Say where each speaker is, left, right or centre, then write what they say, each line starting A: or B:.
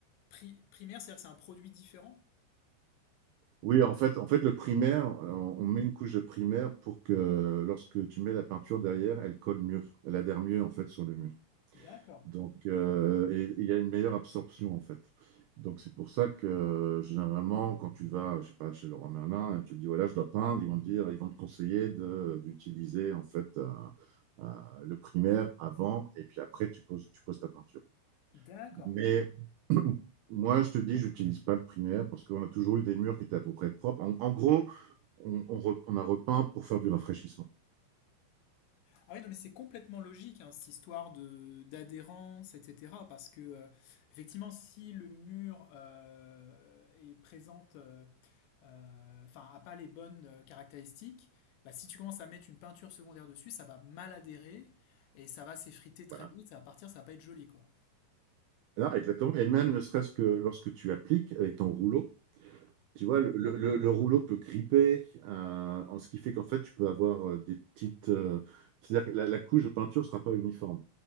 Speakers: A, on the left; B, on the right.
A: pri- primaire, c'est-à-dire que c'est un produit différent?
B: Oui, en fait, en fait, le primaire, euh, on met une couche de primaire pour que lorsque tu mets la peinture derrière, elle colle mieux, elle adhère mieux en fait sur le mur.
A: D'accord,
B: Donc, euh, et et il y a une meilleure absorption, en fait. Donc, c'est pour ça que, euh, généralement, quand tu vas, je sais pas, chez Leroy Merlin, et tu dis, voilà, je dois peindre, ils vont te dire, ils vont te conseiller de, d'utiliser, en fait, euh, euh, le primaire avant, et puis après, tu poses, tu poses ta peinture.
A: d'accord.
B: Mais <clears throat> moi, je te dis, j'utilise pas le primaire parce qu'on a toujours eu des murs qui étaient à peu près propres. En, en gros, on, on re- on a repeint pour faire du rafraîchissement.
A: Ah oui, non, mais c'est complètement logique, hein, cette histoire de d'adhérence, etc. Parce que, euh, effectivement, si le mur euh, est présente, euh, euh, enfin, a pas les bonnes euh, caractéristiques, bah, si tu commences à mettre une peinture secondaire dessus, ça va mal adhérer et ça va s'effriter très
B: Voilà.
A: vite, ça va partir, ça va pas être joli, quoi.
B: Non, exactement. Et même ne serait-ce que lorsque tu appliques avec ton rouleau, tu vois, le, le- le- le rouleau peut gripper, euh, en ce qui fait qu'en fait, tu peux avoir euh, des petites. euh, c'est-à-dire que la, la couche de peinture ne sera pas uniforme.